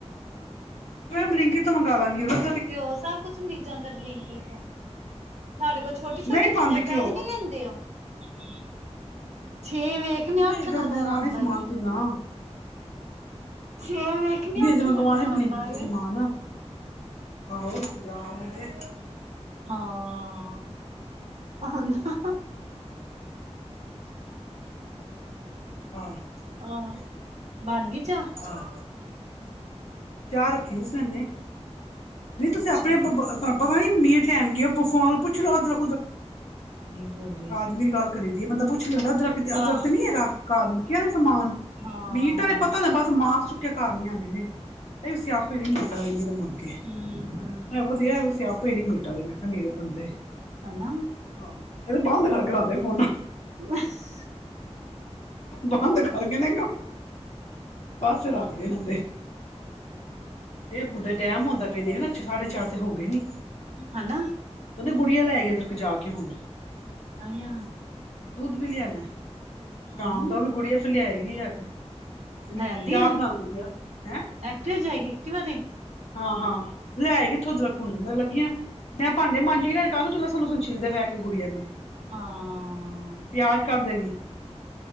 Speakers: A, on the left (about 75°); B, on the right (about 80°).
A: ਬਲਿੰਕਿਟ ਤੋਂ ਮੰਗਾ ਲਾਂਗੀ। ਉਦਰ
B: ਤੇ ਓਹ ਸਭ ਕੁਛ ਮਿਲ ਜਾਂਦਾ ਬਲਿੰਕਿਟ ਤੋਂ ਸਾਡੇ ਕੋਲ ਛੋਟੀ-ਛੋਟੀ
A: ਨਹੀਂ
B: ਚੀਜ਼ਾਂ
A: ਪਾਉਂਦੀ
B: ਪੈਸੇ
A: ਘਿਓ
B: ਨੀ ਲੈਂਦੇ ਔ। <unintelligible> ਛੇ ਵੇਖ ਨੇ
A: ਨਹੀਂ
B: ਅੱਠ
A: ਮੇਂ
B: ਨਜ਼ਰ
A: ਮੰਗਵਾਉਨਾ
B: ਆਂਦਾ
A: ਸਮਾਨ
B: ਈ।
A: ਕਿੰਨਾ
B: ਛੇ ਵੇਖਣੀ
A: ਨਈ
B: ਅੱਠ
A: ਅਜੇ ਮੰਗਵਾਣਾ
B: ਵਜੇ ਆਉਂਦਾ
A: ਬਲਿੰਕਿਟ
B: ਏ।
A: ਤੋ ਸਮਾਨ, ਆਹੋ ਰੁ ਜਾ ਆਉਂਦੇ।
B: ਹਾਂ
A: ਉਹੀ
B: <unintelligible>
A: ਤੇ ਹਾਂ ਹਾਂ <unintelligible>
B: ਆਹ ਬਣ ਗਈ ਚਾਹ?
A: ਹਾਂ। ਚਾਹ ਰੱਖੀ ਸੀ। ਵੀ ਤੁਸੀਂ
B: ਅੱਛਾ
A: ਆਪਣੇ ਪਤਾ ਨਹੀਂ ਮੀਟ ਲੈਣ ਕੀ ਪੁੱਛ ਲਓ ਜਰਾ।
B: ਨੀ ਬੋਲ
A: <unintelligible> ਮੇਰੀ ਗੱਲ ਕਰੀ ਦੀਏ ਬੰਦਾ ਪੁੱਛ ਲੈਂਦਾ। ਅਦਰਕ, ਅਦਰਕ
B: ਆਹ
A: ਤੇ ਨੀ ਹੈਗਾ ਘਰ ਮੁੱਕਿਆ ਸਮਾਨ
B: ਹਾਂ
A: ਮੀਟਾਂ ਦੇ ਪਤਾ ਬਸ ਮਾਸ ਚੁੱਕ ਕੇ ਘਰ ਲਿਆਉਣੇ ਨੇ। ਇਹੋ ਸਿਆਪੇ ਨ ਮੀਟਾਂ ਦੇ, ਨੀਰੇ ਮਰਗੇ।
B: <inaudible>
A: ਐ ਵਧੀਆ, ਐਵੀ ਸਿਆਪੇ ਈ ਨੀ ਮਿਟਾ ਦੇ, ਮੈਂ ਕਿਆ। ਨਿਰੇ ਬਣਦੇ।
B: ਹਨਾ
A: ਹਾਂ, ਏ ਬੰਦ ਕਰਕੇ ਰਖਦੇ ਫੋਨਾ
B: <inaudible>
A: ਬੰਦ ਕਰਕੇ ਨੇ ਇਕ, ਪਾਸੇ ਰੱਖਦੇ ਏਨਾ ਤੇ। ਏ ਹੁਣ ਤੇ ਟਾਈਮ ਹੁੰਦਾ ਪਿਆ। ਦੇਖ ਨਾ, ਸਾਢੇ ਚਾਰ ਤੇ ਹੋ ਗੇ ਨੀ।
B: ਹਨਾ।
A: ਓਹਦੀ ਗੁੜੀਆਂ ਲੈ ਗਈ ਆ ਇੱਧਰ ਕ ਜਾ ਕੇ ਹੁਣ।
B: ਆਏਆ।
A: ਦੁੱਧ ਵੀ ਲਿਆਣਾ।
B: ਹਮ
A: ਸ਼ਾਮ ਦਾ ਵੀ ਗੁੜੀਆ ਫਿਰ ਲਿਆਏਗੀ ਆ ਕੇ,
B: ਲੈਂਦੀ
A: ਚਾਹ
B: ਆ
A: ਬਣਾਂਦੀ ਪਈ ਆ ਹੈਂ।
B: ਐਕਟਿਵਾ ਜਾਏਗੀ, ਐਕਟਿਵਾ ਤੇ?
A: ਹਾਂ, ਹਾਂ ਲੈਏਗੀ <unintelligible> ਲੱਗੀਆਂ। ਮੈਂ ਭਾਂਡੇ ਮਾਂਜੀ ਦੇ ਨਾ ਕਾਲੂ ਤੂੰ ਲਸਨ ਲੁਸਨ ਛਿਲਦੇ ਬਹਿ ਕੇ ਗੁੜੀਆਂ ਨੂੰ।
B: ਹਾਂ- ਹਾਂ।
A: ਪਿਆਜ ਕਰ ਦੇਗੀ